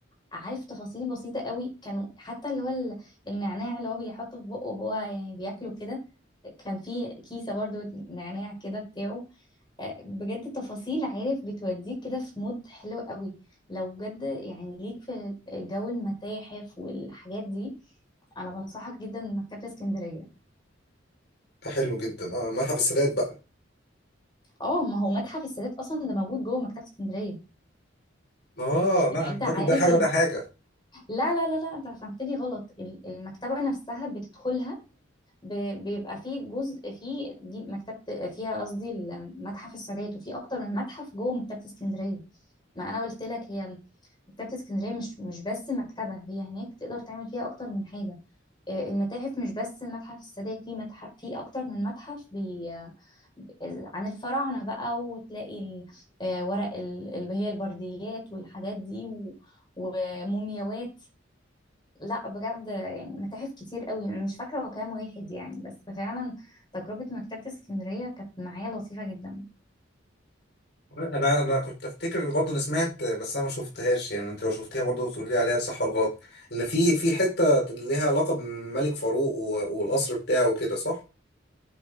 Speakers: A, on the left; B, on the left.
A: عارف تفاصيل بسيطة قوي كانوا حتى اللي هو ال- النعناع اللي هو بيحطه في بقه وهو يعني بياكله كده كان في كيسة برضو نعناع كده بتاعه آه، بجد تفاصيل عارف بتوديك كده في مود حلو قوي لو بجد يعني ليك في جو المتاحف والحاجات دي انا بنصحك جدا مكتبة اسكندرية
B: حلو جدا اه متحف السادات بقى
A: اه ما هو متحف السادات اصلا ده موجود جوه مكتبة اسكندرية
B: اه لا
A: يعني
B: انا
A: انت
B: فاكر
A: عارف
B: ده حاجه
A: ال...
B: وده حاجه
A: لا لا لا لا انت فهمتني غلط ال- المكتبة نفسها بتدخلها ب- بيبقى فيه جزء فيه دي مكتبة فيها قصدي المتحف السادات وفي أكتر من متحف جوه مكتبة اسكندرية ما أنا قلت لك هي مكتبة اسكندرية مش مش بس مكتبة هي هناك تقدر تعمل فيها أكتر من حاجة آه، المتاحف مش بس متحف السادات في متحف في أكتر من متحف بي آه، عن الفراعنة بقى وتلاقي ال- آه، ورق ال- اللي هي البرديات والحاجات دي و- ومومياوات لا بجد يعني متاحف كتير قوي انا مش فاكره هو كام واحد يعني بس فعلا تجربه مكتبه اسكندريه كانت معايا لطيفه جدا
B: انا انا كنت افتكر برضه انا سمعت بس انا ما شفتهاش يعني انت لو شفتيها برضه تقول لي عليها صح ولا غلط ان في في حته ليها علاقه بملك فاروق و- والقصر بتاعه وكده صح